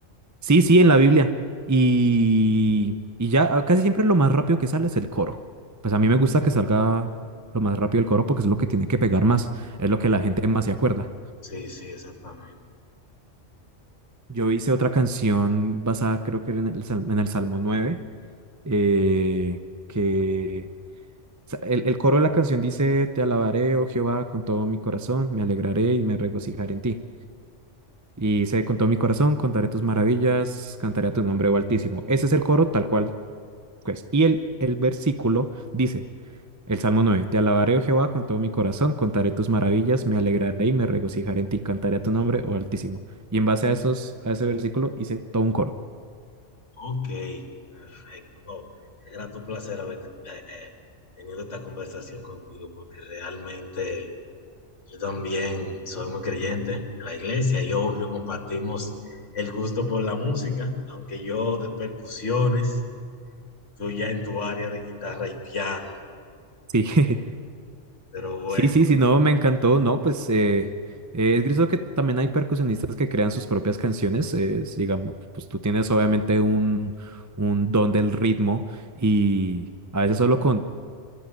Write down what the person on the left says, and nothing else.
Sí, sí, exactamente.
Ok, perfecto. No, qué grato placer haber eh, eh, tenido esta conversación contigo, porque realmente yo también soy muy creyente en la iglesia y obvio compartimos el gusto por la música, aunque yo de percusiones, tú ya en tu área de guitarra y piano,
pero bueno,